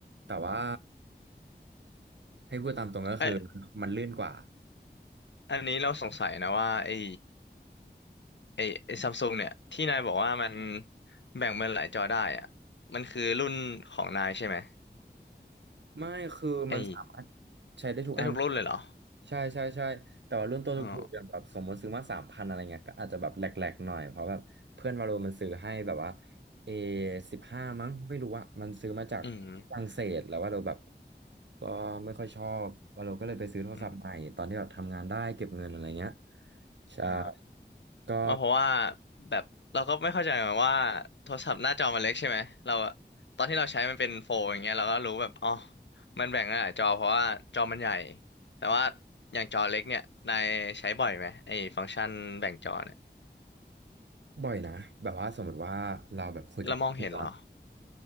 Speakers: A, on the right; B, on the left.
A: แต่ว่าให้พูดตามตรงก็คือ
B: เอ้ย
A: มันลื่นกว่า
B: อันนี้เราสงสัยนะว่าไอ้ ไอ้ไอ้ซัมซุงเนี่ย ที่นายบอกว่ามันแบ่งเป็นหลายจอได้อะมันคือรุ่นของนายใช่ไหม
A: ไม่คือมันสามารถ
B: ไอ้
A: ใช้ได้ทุกอัน
B: ได้ทุกรุ่นเลยเหรอ
A: ใช่ใช่ใช่แต่ว่ารุ่นตัวถูกๆอย่างแบบสมมติซื้อมาสามพันอะไรเงี้ยก็อาจจะแบบแหลกๆหน่อยเพราะแบบเพื่อนวาโลมันซื้อให้แบบว่า
B: อ๋อ
A: เอสิบห้ามั้งไม่รู้อะมันซื้อมาจากฝรั่งเศสแล้วว่าเราแบบ
B: อืม
A: ก็ไม่ค่อยชอบวาโลก็เลยไปซื้อโทรศัพท์ใหม่ตอนที่แบบทำงานได้เก็บเงินอะไรเงี้ย
B: อืม
A: ใช่
B: อ่า
A: ก็
B: มาเพราะว่าแบบเราก็ไม่เข้าใจเหมือนกันว่าโทรศัพท์หน้าจอมันเล็กใช่ไหมเราอะตอนที่เราใช้มันเป็นโฟลอย่างเงี้ยเราก็รู้แบบอ๋อมันแบ่งหลายจอเพราะว่าจอมันใหญ่แต่ว่าอย่างจอเล็กเนี่ยนายใช้บ่อยไหมไอ้ฟังก์ชันแบ่งจอเนี่ย
A: บ่อยนะแบบว่าสมมติว่าเราแบบคุยกับเพื่อนตอน
B: แล้วมองเห็นเหรอ